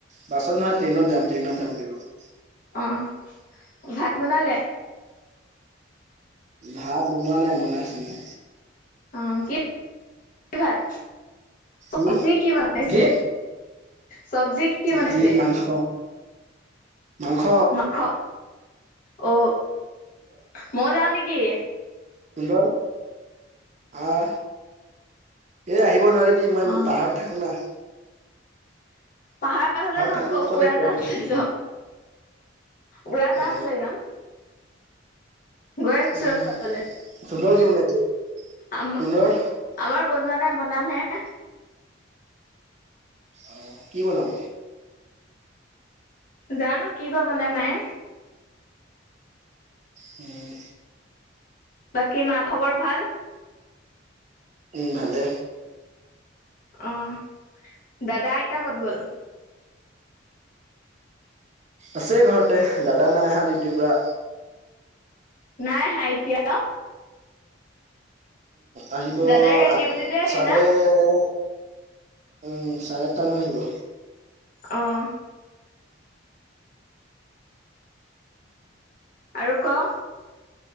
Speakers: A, on the right; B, on the left.
A: বাছত নহয় ট্ৰেইনত যাম ট্ৰেইনত যাব লাগিব।
B: আহ ভাত বনালে?
A: ভাত বনোৱা নাই। বনাই আছে মানে।
B: অ কি <inaudible> ভাত? চবজি
A: উম
B: কি বোনাইছে?
A: কি
B: চব্জিত কি
A: চব্জি
B: বনাইছে?
A: মাংস মাংস
B: মাংস। অ ময়ো যাওঁ নেকি?
A: সুন্দৰ আহ এ আহিব নোৱাৰিবি। মই
B: অ',
A: পাহাৰত থাকো না।
B: পাহাৰত হলেও যাম
A: থাকো
B: আকৌ
A: ক'ত
B: উৰা
A: আহি পাৰিবি
B: জাহাজ
A: তেন্তে
B: লৈ যাম। উৰাজাহাজ
A: অ
B: লৈ যাম। গৈ আছোঁ
A: উম
B: ৰহ খাবলে।
A: তুন্দৰ কি বনাইছে
B: আমা
A: তুন্দৰ
B: আমাৰ বনোৱা নাই বনাম হে
A: অঁ কি বনাব?
B: জানো কি বা বনাই মায়ে
A: হম।
B: বাকী মা খবৰ ভাল?
A: উম ভালে।
B: আহ দাদা আইতা কত গ'ল?
A: আছে ঘৰতে। দাদা নাই আহা ডিউটিৰ পৰা।
B: নাই আহা এতিয়াও?
A: আহিব
B: দাদাই এইয়া
A: আঠ
B: ডিউটিতে
A: -
B: থাকে
A: চাৰে
B: না?
A: উম চাৰে আঠটা মানত আহিব।
B: অ'হ। আৰু ক